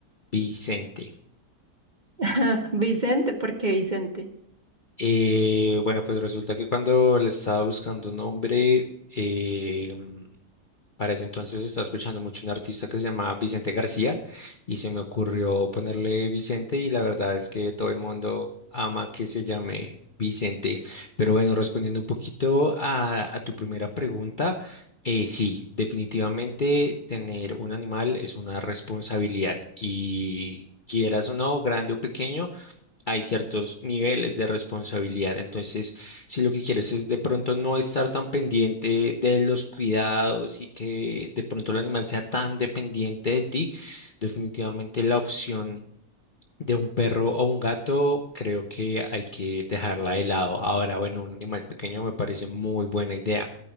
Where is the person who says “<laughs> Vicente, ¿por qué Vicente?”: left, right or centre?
Right